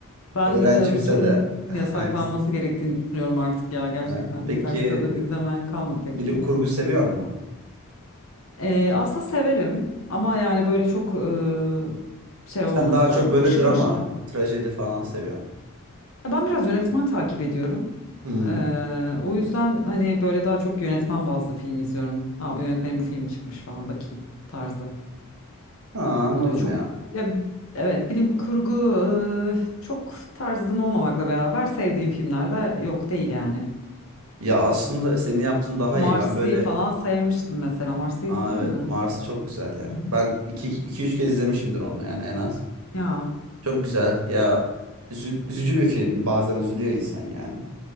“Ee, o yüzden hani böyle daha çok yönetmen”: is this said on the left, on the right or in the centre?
Left